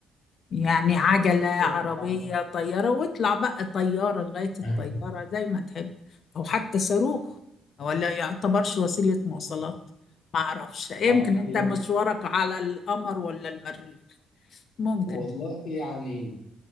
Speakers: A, on the left; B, on the left.
A: يعني عجلة عربية
B: والله
A: طيارة واطلع بقى طيارة لغاية الطيارة
B: <laughs>
A: زي ما تحب أو حتى صاروخ ولا يعتبرش وسيلة مواصلات ما أعرفش يمكن
B: اه
A: أنت
B: لا-
A: مشوارك على القمر ولا المريخ ممكن
B: والله يعني